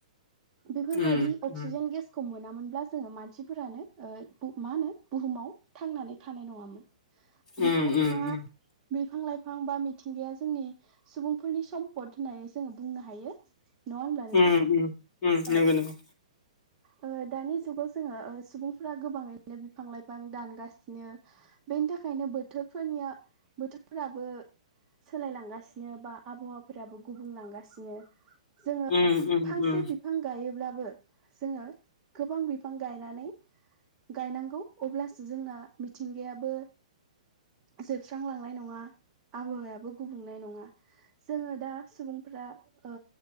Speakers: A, on the right (about 20°); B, on the left (about 20°).
A: बेफोरबायदि
B: उम
A: अक्सिजेन
B: उम
A: गेसखौ मोनामोनब्ला जोङो मानसिफोरानो ओ बु मा होनो बुहुमाव थांनानै थानाय नङामोन
B: उम
A: बिफां लाफाङा
B: उम
A: बिफां लाइफां बा मिथिंगाया जोंनि सुबुंफोरनि सम्पद होननानै जोङो बुंनो हायो नङा होनब्ला नोंथां।
B: उम उम उम
A: औ
B: नंगौ नंगौ।
A: ओ दानि जुगाव जोङो ओ सुबुंफोरा गोबाङैनो बिफां लाइफां दानगासिनो। बेनि थाखायनो बोथोरफोरनिया बोथोरफोराबो सोलायलांगासिनो बा आबहावाफोराबो गुबुंलांगासिनो। जोङो
B: उम उम
A: फांसे
B: उम
A: बिफां गायोब्लाबो जोङो गोबां बिफां गायनानै गायनांगौ अब्लासो जोंना मिथिंगायाबो जोबस्रांलांनाय नङा आबहावायाबो गुबुंनाय नङा। जोङो दा सुबुंफ्रा ओ